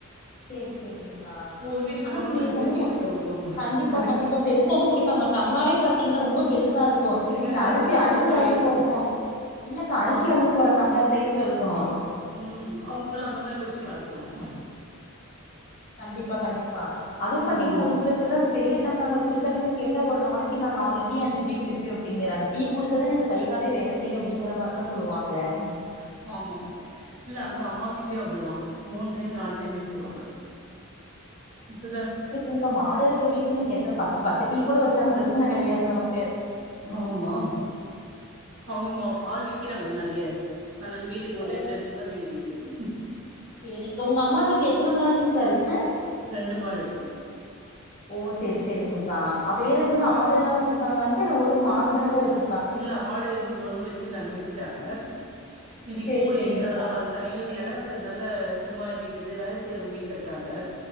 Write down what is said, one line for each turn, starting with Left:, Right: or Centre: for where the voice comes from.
Left: சேரி சேரிங்கா
Right: ஒவ்வொரு வீட்டுக்கு
Left: ஆனா
Right: போனா
Left: நீங்க
Right: கொஞ்ச
Left: சொன்னது
Right: பெரிய
Left: ஒ
Right: டம்ளர் கொடுக்குவாங்க
Left: கண்டிப்பா
Right: அதுக்கு
Left: கண்டிப்பா பெருசாதா குடிப்பாங்க டம்ளரேப் பாத்தீங்னா ரொம்ப பெருசா இருக்கும்
Right: ஏங்க
Left: இந்த
Right: டம்ளர
Left: அரிசி
Right: பாத்தா
Left: அரிசி
Right: பயந்துரு
Left: அழந்து போடுற டம் இல்லக்கா அரிசி
Right: ஆமா
Left: அலந்து போற டம்ளர் சைஸ்ல இருக்கு
Right: ம் அவங்கள்ள அந்த மாரி குடிச்சி பழக்கமோ
Left: கண்டிப்பா கண்டிப்பா அதுவு
Right: ம்
Left: பாத்தீங்னா
Right: ம்
Left: ஒரு சிலப் பேரு பெரிய டம்ளர்ல குடிச்சாலே கேட்ட ஒரு நாளைக்கி நா அஞ்சி குடிப்ப அப்டிங்கிறாங்க குடிச்சாதா எனக்கு கை காலே வேல செய்யு அப்டிங்கிற மாற் எல்லா சொல்லுவாங்க
Right: ம் ஆமா இல்ல அங்க அம்மா வீட்லயு அப்டிதா மூனு டைம் நால் டைம் வச்சிருவாங்க இப்பதா
Left: ங்க மாடு இருக்க வீட்ல நீங்க எத்தன பத்து பத்து டீ கூட வச்சாலு பிரச்சன கெடையாது நமக்கு
Right: ஆமா அவங்க மா பால் விக்கிறாங்கள் நறைய அதனால வீட் டுக்கு ஒரு
Left: ஓ
Right: லிட்டர் எடுத்ந்தா இருந்தா மீதி விக்குது
Left: செரிங்க்கா உங்க அம்மா வீட்டல எத்தன மாடுங்கக்கா இருக்கு
Right: ரெண்டு மாடு இருக்கு
Left: ஓ செரி செரிங்க்கா வேற ஏதாவது
Right: ம்.
Left: ஆடு எல்லா வச்சிருக்காங்கா இல்ல ஒரு ஆடு மட்டு தா வச்சி
Right: இல்ல ஆடு ஒன்னு வச்சிருந்தாங்க வித்துட்டாங்க மிதி
Left: செரி
Right: கோழி
Left: செரிங்க்கா
Right: அதெல்லா வள்த்தாங்க எங்களுக்கு எடோ இருக்குதுனால சும்மா எப்டிக்கு வேல செய்றவங்க வீட்ல இருக்குறாங்க